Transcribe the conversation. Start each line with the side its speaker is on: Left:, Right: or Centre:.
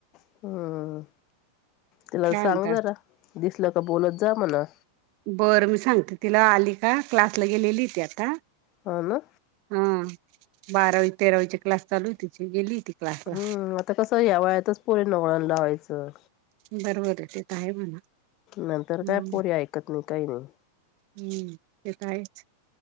Left: हम्म तिला
Right: काय
Left: सांग
Right: म्हणता
Left: जरा दिसलं का बोलत जा म्हणा
Right: बरं मी सांगते तिला आली का क्लासला गेलेली त आता
Left: ह ना
Right: हा बारावी तेरावी चे क्लास चालूआहेत ची गेली ती क्लासला
Left: हम्म आता कसं या वयातच पोरींना वळण लावायचं
Right: <unintelligible>
Left: नंतर
Right: हम्म
Left: काय पोरी ऐकत नाही काही नाही
Right: हम्म ते तर आहेच